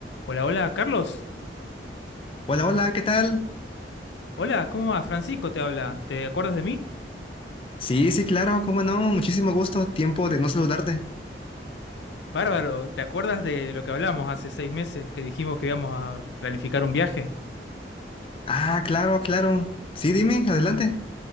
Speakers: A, on the left; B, on the left.
A: Hola, hola, Carlos.
B: Hola, hola, ¿qué tal?
A: Hola, ¿cómo va? Francisco te habla. ¿Te acuerdas de mí?
B: Sí, sí, claro, cómo no, muchísimo gusto, tiempo de no saludarte.
A: Bárbaro, ¿te acuerdas de lo que hablamos hace seis meses que dijimos que íbamos a planificar un viaje?
B: Ah, claro, claro. Sí, dime, adelante.